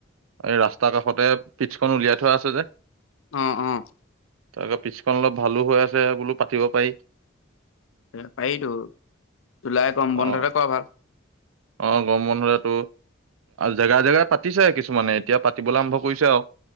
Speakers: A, on the right; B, on the left.
A: এই ৰাস্তাৰ কাষতে পিটছখন উলিয়াই থোৱা আছে যে।
B: অ', অ'।
A: তাকে পিছখন অলপ ভালো হৈ আছে, বোলো পাতিব পাৰি।
B: এ পাৰিতো, জুলাই গৰম বন্ধতে
A: অ
B: কৰা ভাল।
A: অ', গৰম বন্ধুৰেতো, জেগা জেগাই পাতিছে কিছুমানে, এতিয়া পাতিবলৈ আৰম্ভ কৰিছে আৰু।